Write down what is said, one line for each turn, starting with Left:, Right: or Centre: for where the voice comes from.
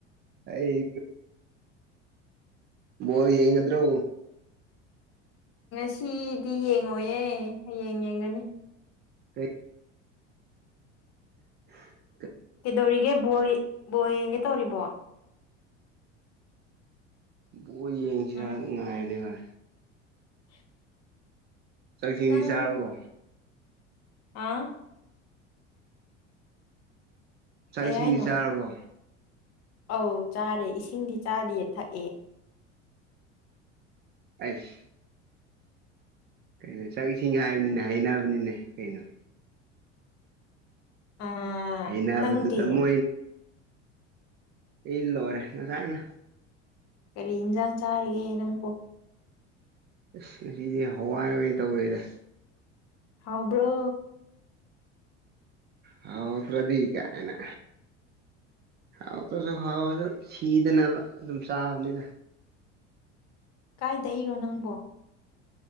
Right: ꯑꯩ ꯣ ꯌꯦꯉꯗ꯭ꯔꯣ
Left: ꯁꯤ ꯌꯦꯡꯉꯣꯌꯦ ꯌꯦꯡꯉꯦ ꯃꯒꯅꯤ
Right: ꯍ <inaudible>
Left: ꯏꯗꯧꯔꯤꯒ ꯣ ꯕꯣ ꯌꯦꯡꯒꯦ ꯇꯧꯔꯤꯕꯣ
Right: ꯕꯣ ꯌꯦ ꯏꯁꯤꯔꯥ
Left: ꯎꯝ
Right: ꯉꯥꯏꯅꯦꯚ
Left: <inaudible>
Right: ꯆꯥꯛꯁꯤꯡꯤꯡꯁꯤ
Left: ꯅꯪ
Right: ꯆꯥꯔꯕꯣ
Left: ꯑꯥ
Right: ꯆꯥꯛ
Left: ꯀꯩ
Right: ꯏꯁꯤꯡꯗꯤ
Left: ꯍꯥꯏꯅꯣ
Right: ꯆꯥꯔꯕꯣ
Left: ꯑꯧ ꯆꯥꯔꯦ ꯏꯁꯤꯡꯗꯤ ꯆꯥꯗꯤꯌꯦ ꯊꯛꯑꯦ
Right: ꯑꯁ ꯀꯩꯅꯣ ꯆꯥꯛ ꯏꯁꯤꯡ ꯍꯥꯏꯕꯅꯤꯅꯦ ꯍꯩꯅꯕꯅꯤꯅꯦ ꯀꯩꯅꯣ
Left: ꯑꯥ
Right: ꯑꯩꯅꯕꯗꯨꯗ
Left: ꯅꯪꯗꯤ
Right: ꯃ ꯏ ꯂꯣꯔꯦ ꯅ ꯆꯥꯏꯅ
Left: ꯀꯔꯤ ꯏꯟꯁꯥꯡ ꯆꯥꯔꯤꯒꯦ ꯅꯪꯕꯨ
Right: ꯑꯁ ꯉꯁꯤꯗꯤ ꯍꯋꯥꯏ ꯑꯣꯏꯅ ꯇꯧꯋꯦꯗ
Left: ꯍꯥꯎꯕ꯭ꯔꯣ
Right: ꯍꯥꯎꯗ꯭ꯔꯗꯤ ꯀꯥꯏꯅ ꯍꯥꯎꯗ꯭ꯔꯁꯨ ꯍꯥꯎꯁꯨ ꯁꯤꯗꯅ ꯑꯗꯨꯝ ꯆꯥꯕꯅꯤꯗ
Left: ꯀꯥꯏꯗꯩꯔꯣ ꯅꯪꯕꯣ